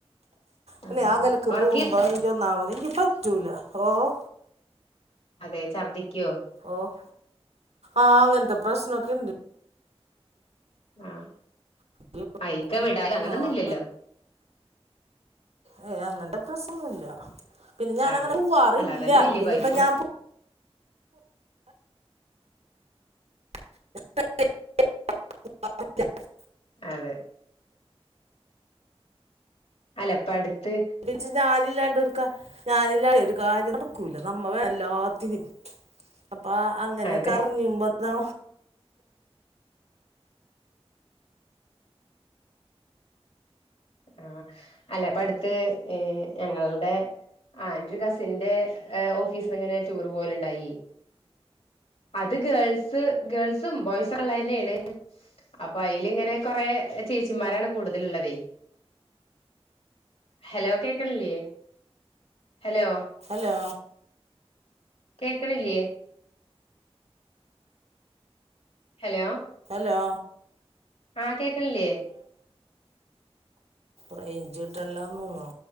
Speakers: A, on the right; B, on the left.
A: അല്ലെ
B: ആഹ്
A: ആ നെലക്ക്
B: വർക്ക്
A: പോകുമ്പോ
B: ചെയ്
A: എനിക്കൊന്നാമത് എനിക്ക് പറ്റൂല ഓഹ്
B: അതെ ഛർദ്ദിക്കോ
A: ഓഹ് ആഹ് അങ്ങനത്തെ പ്രശ്നൊക്കെ ഇണ്ട്
B: ആഹ്
A: <unintelligible>
B: ആഹ് ഇക്ക വിടാനും അങ്ങനൊന്നും
A: ആഹ്
B: ഇല്ലല്ലോ
A: ഏഹ് അങ്ങനെ ഒന്നൂല്ല അങ്ങട് പ്രശ്നില്ല പിന്നെ ഞാൻങ്ങനെ
B: അതെ
A: പോവാറില്ല
B: അല്ല അതന്നെ വല്യ
A: പിന്നെ
B: ഭാഗ്യം
A: ഇപ്പം ഞാൻ പോ <unintelligible>
B: അതെ അല്ല പ്പട്ത്ത്
A: ജ് പഞാനില്ലാണ്ട് ഒരു ഞാനില്ലാ ഒരു കാര്യം നടക്കൂല നമ്മള് എല്ലാത്തിനും അപ്പ അങ്ങനെ
B: അതെ
A: കറിഞ്ഞുമ്പോതാ
B: ആഹ് അല്ല അപ്പൊ അടുത്ത് ഞങ്ങളുടെ ആഹ് എന്റെ ഒരു കസിന്റെ ഓഫീസിന്ന് ഇങ്ങനെ ടൂർ പോലുണ്ടായി അത് ഗേൾസ് ഗേൾസും ബോയ്സ് ക്കള്ളെന്നെയാണ് അപ്പൊ അയില് ഇങ്ങനെ കൊറെ ചേച്ചിമാരാണ് കൂടുതലുള്ളത് ഹലോ കേക്ക്ണില്ലേ ഹലോ
A: ഹലോ
B: കേക്ക്ണില്ലേ ഹലോ
A: ഹലോ
B: ആഹ് കേക്ക്ണില്ലേ
A: റൈഞ്ചിട്ടല്ലാം തോന്നുണു